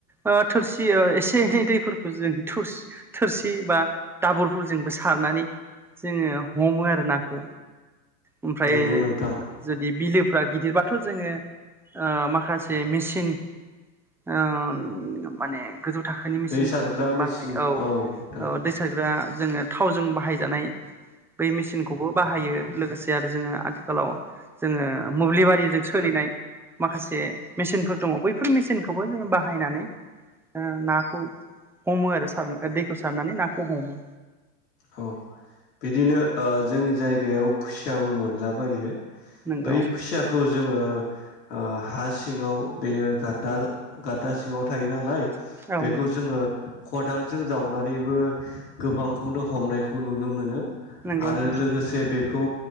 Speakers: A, in the centre; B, on the left.
A: ओ थोरसि एसे एनै दैफोरखौ जों थुरस थोरसि सि बा दाबोरफोरजोंबो सारनानै जोङो हमो आरो नाखौ। ओमफ्राय
B: नंगौ नोंथां
A: जुदि बिलो गिदिरबाथ' जोङो ओ माखासे मेसिन ओ माने गोजौ थाखोनि मेसिनफोरखौ
B: दै सारग्रा
A: जों बाहायो
B: मेचिन
A: औ
B: नोंथां
A: औ दै सारग्रा जोङो थावजों बाहायजानाय बै मेसिनखौबो बाहायो लोगोसे <unintelligible> आरो जोङो आथिखालाव जोङो ओ मोब्लिबारिजों सोलिनाय माखासे मेचिनफोर दङ' बैफोर मेचिनखौबो जों बाहायनानै ओ नाखौ हमो आरो सारना दैखौ सारनानै नाखौ हमो।
B: औ बिदिनो ओ जोंनि जायगायाव खुसियाबो मोनलाबायो।
A: नंगौ
B: बै खुसियाखौ
A: औ
B: जोङो ओ हा सिङाव बेयो घाता गाता सिङाव थायो नालाय
A: औ
B: बेखौ जोङो खदालजों जावनानैबो गोबांखौनो हमनायखौ नुनो मोनो।
A: नंगौ
B: आरो
A: नंगौ
B: लोगोसे बेख खौ